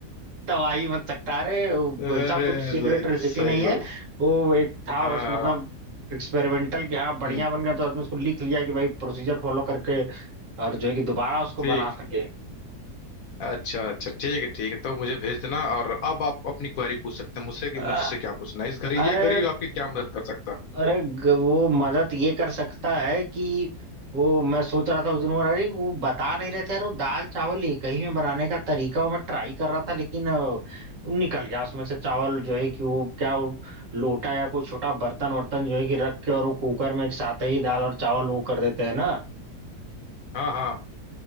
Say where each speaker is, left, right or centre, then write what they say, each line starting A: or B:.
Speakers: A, on the right; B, on the left.
A: तबाही मत सकता अरे वो
B: अरे
A: कोई सा कुछ सीक्रेट
B: सही
A: रेसिपी
B: सही
A: नहीं
B: बात
A: है वो एक था
B: हाँ
A: बस मतलब
B: हाँ।
A: एक्सपेरिमेंटल कि हाँ बढ़िया
B: हम्म,
A: बन गया तो आदमी उसको लिख लिया कि भाई प्रोसीजर फॉलो करके और जो है कि दोबारा उसको
B: ठीक
A: बना सके
B: अच्छा अच्छा ठीक है ठीक है तो मुझे भेज देना और अब आप अपनी क्वेरी पूछ सकते हैं मुझसे कि मुझसे
A: अ-
B: क्या पूछना है इस गरीब
A: अरे
B: ये गरीब आपकी क्या मदद कर सकता है?
A: अरे ग- वो मदद ये कर सकता है कि वो मैं सोच रहा था उस दिन वो अरे वो बता नहीं रहे थे यार वो दाल चावल एक ही में बनाने का तरीका वो मैं ट्राई कर रहा था लेकिन अ, वो निकल गया उसमें से चावल जो है कि वो क्या वो लोटा या कोई छोटा बर्तन वर्तन जो है कि रख के और वो कुकर में एक साथ ही दाल और चावल वो कर देते हैं ना
B: हाँ हाँ